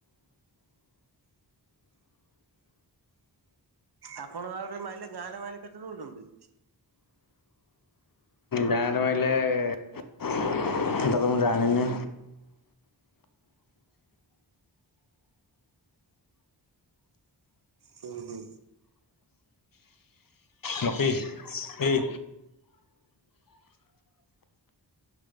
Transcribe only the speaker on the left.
ଗାଁର ମାଇଲେ ହେଟା ତ ମୁଁ ଜାଣିନି।
ଲକି ଏଇ